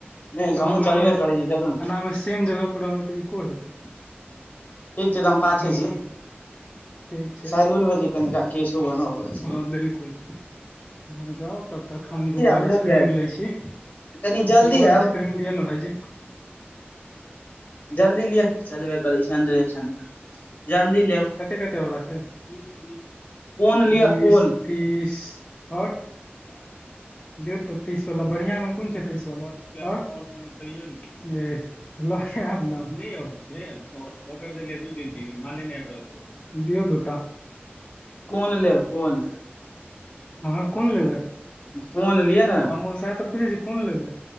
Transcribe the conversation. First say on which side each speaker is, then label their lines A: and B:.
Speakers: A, on the left; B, on the left.
A: नहि
B: तब
A: हमहुँ
B: एनामे,
A: चलबे करै छी चलू ने
B: एनामे सेम जगह पर रहबै तॅं इको हेतै-
A: ठीक छै तॅं हम पाछे
B: हूँ
A: छी।
B: ठीक छै
A: सैलूनमे छी कनिका कऽ केशो बनबऽ
B: हँ
A: पड़
B: बिलकुल अहाँ जाउ तब तक हम दूगो आइसक्रीम
A: बुझलियै
B: लै छी,
A: कनी जल्दी
B: दूगो आइसक्रीम
A: आब
B: पेन दिअऽ ने भाइजी,
A: जल्दी लिअ, चलबे करै छै अन्दरे ठंडाए जल्दी लेब-
B: कते-कते वला छै? बीस, तीस,
A: कोन लिअ
B: बीस-
A: कोन
B: तीस आओर आओर दे तऽ तीस वला बढ़िआं मे कोन छै तीस वाला आओर इ जे <unintelligible> लऽ कऽ एब न <unintelligible> ऑर्डर देलियै दू दिन तीन दिन माले नय आइब रहल छै दियौ दूटा
A: कोन लेब कोन
B: अहाँ कोन लेबै
A: कोन लिअ ने
B: हमहूँ सएह तऽ पूछै छी कोन लेबै